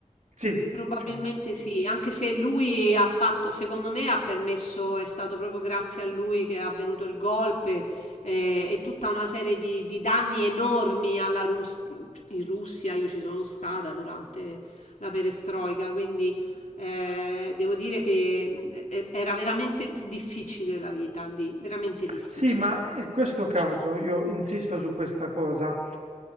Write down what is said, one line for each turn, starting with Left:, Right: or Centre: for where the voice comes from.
Right: sì,
Left: probabilmente
Right: diciamo.
Left: sì, anche se lui ha fatto, secondo me ha permesso, è stato proprio grazie a lui che è avvenuto il golpe eh, e tutta una serie di, di danni enormi alla Rus- in Russia, io ci sono stata durante la perestroica, quindi eh, devo dire che mh, e- era veramente difficile la vita lì, veramente difficile.
Right: Sì, ma in questo caso io insisto su questa cosa.